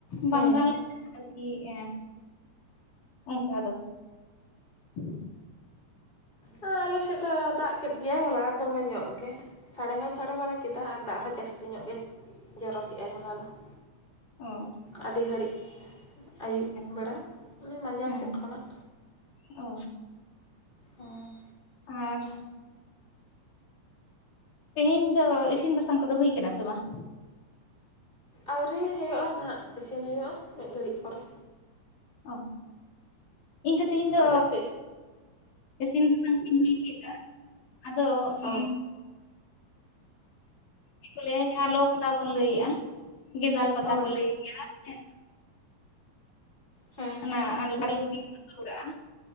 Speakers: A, on the left; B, on the left.
A: ᱵᱟᱝᱜᱟᱱ
B: ᱦᱮᱸ
A: <unintelligible>
B: ᱦᱮᱸ
A: ᱴᱷᱤᱠᱟᱹᱭᱮᱜᱼᱟ ᱚᱱᱠᱟ ᱫᱚ <inaudible>
B: ᱚᱻ ᱟᱞᱮ ᱥᱮᱫ ᱫᱚ ᱫᱟᱜ ᱠᱮᱫ ᱜᱮᱭᱟᱭ ᱦᱚᱞᱟ ᱫᱚᱢᱮ ᱧᱚᱜ ᱜᱮ ᱥᱟᱰᱮ ᱦᱚᱸᱭ ᱥᱟᱰᱮ ᱵᱟᱲᱟ ᱠᱮᱫᱟ, ᱟᱨ ᱫᱟᱜ ᱦᱚᱸ ᱡᱟᱹᱥᱛᱤ ᱧᱚᱜ ᱜᱮ ᱡᱚᱨᱚ ᱠᱮᱜᱼᱟᱭ ᱦᱚᱞᱟ ᱫᱚ ᱾
A: ᱚᱻ
B: ᱟᱹᱰᱤ ᱜᱷᱟᱹᱲᱤᱡ ᱟᱹᱭᱩᱵ ᱵᱮᱲᱟ,
A: ᱛᱚ
B: ᱢᱟᱱᱮ ᱢᱟᱡᱟᱱ
A: ᱦᱮᱸ
B: ᱥᱮᱫ ᱠᱷᱚᱱᱟᱜ,
A: ᱚ
B: ᱦᱮᱸ
A: ᱟᱨ ᱛᱮᱦᱮᱧ ᱫᱚ ᱤᱥᱤᱱ ᱵᱟᱥᱟᱝ ᱠᱚᱫᱚ ᱦᱩᱭ ᱟᱠᱟᱱᱟ ᱥᱮ ᱵᱟᱝ?
B: ᱟᱹᱣᱨᱤ ᱦᱩᱭᱩᱜᱼᱟ ᱱᱟᱦᱟᱜ ᱤᱥᱤᱱ ᱦᱩᱭᱩᱜᱼᱟ, ᱢᱤᱫ ᱜᱷᱟᱹᱲᱤᱡ ᱯᱚᱨᱮ
A: ᱚ ᱤᱧ ᱫᱚ ᱛᱤᱦᱤᱧ ᱫᱚ
B: ᱟᱯᱮ ᱫᱚᱯᱮ ᱤᱥᱤᱱ
A: ᱤᱥᱤᱱ ᱵᱟᱥᱟᱝ ᱠᱩᱧ ᱦᱩᱭ ᱠᱮᱫᱟ, ᱟᱫᱚ
B: ᱚ
A: ᱩᱸ ᱪᱮᱫ ᱠᱚ ᱞᱟᱹᱭᱟ ᱡᱟᱦᱟᱸ ᱞᱚ ᱜᱚᱸᱫᱟ ᱵᱚᱱ ᱞᱟᱹᱭᱮᱜᱼᱟ ᱜᱮᱸᱫᱟᱞ ᱯᱟᱛᱟ
B: ᱦᱳᱭ
A: ᱠᱚ ᱞᱟᱹᱭ ᱜᱮᱭᱟ ᱦᱮᱸ
B: ᱦᱮᱸ
A: ᱚᱱᱟ
B: ᱦᱮᱸ
A: ᱟᱞᱩ ᱟᱞᱩ ᱜᱤ ᱩᱛᱩᱟᱠᱟᱜ